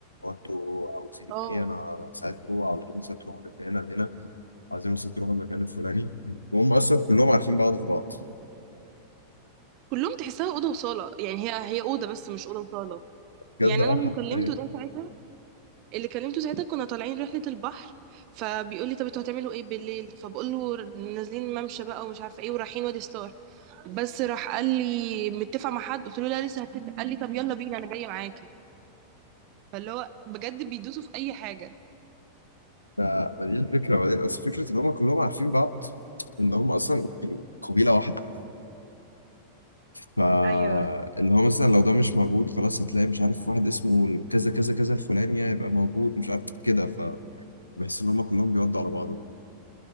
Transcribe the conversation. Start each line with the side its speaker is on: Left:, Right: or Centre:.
Left: هو انتوا عاوزين
Right: اه
Left: ايه انا ساعدكم عاوزين مثلا تروحوا من هنا لهنا عايزين مثلا تروح المكان الفلاني وهم اصلا كلهم عارفين بعض في بعض
Right: كلهم تحسها اوضه وصاله يعني هي هي اوضه بس مش اوضه وصاله
Left: بجد
Right: يعني
Left: اه
Right: انا اللي
Left: حرفيا
Right: كلمته ده ساعتها اللي كلمته ساعتها كنا طالعين رحله البحر فبيقول لي طب انتوا هتعملوا ايه بالليل فبقول له نازلين ممشى بقى ومش عارفه ايه ورايحين وادي ستار بس راح قال لي متفق مع حد قلت له لا لسه هتفق قال لي طب يلا بينا انا جايه معاكي فاللي هو بجد بيدوسوا في اي حاجه
Left: ف- ما دي الفكره بعدين اصل فكره ان هم كلهم عارفين بعض ان هم اصلا قبيله واحده فاللي
Right: ايوه
Left: هو مثلا لو ده مش موجود خلاص هتلاقي مش عارف واحد اسمه كذا كذا كذا الفلاني هيبقى موجود مش عارف كده فبحس ان هم كلهم بيودوا على بعض